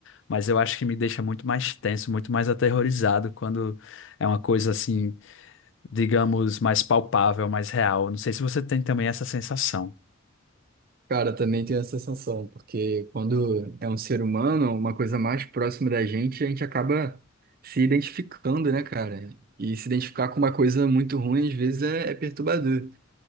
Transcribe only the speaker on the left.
mas eu acho que me deixa muito mais tenso, muito mais aterrorizado quando é uma coisa assim, digamos, mais palpável, mais real. Não sei se você tem também essa sensação.